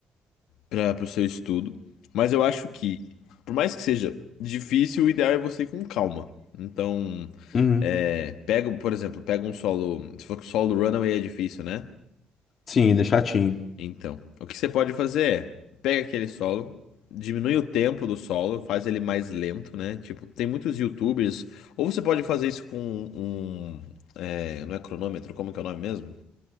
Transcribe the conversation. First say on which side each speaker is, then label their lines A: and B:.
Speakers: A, on the left (about 85°); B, on the left (about 50°).
A: pra, pro seu estudo. Mas eu acho que, por mais que seja difícil, o ideal é você ir com calma. Então,
B: Uhum.
A: é, pega, por exemplo, pega um solo. Se for que o solo do Runaway é difícil, né?
B: Sim, ele é chatinho.
A: Então, o que você pode fazer é pega aquele solo, diminui o tempo do solo, faz ele mais lento, né? Tipo, tem muitos YouTubers. Ou você pode fazer isso com um, é, não é cronômetro, como que é o nome mesmo?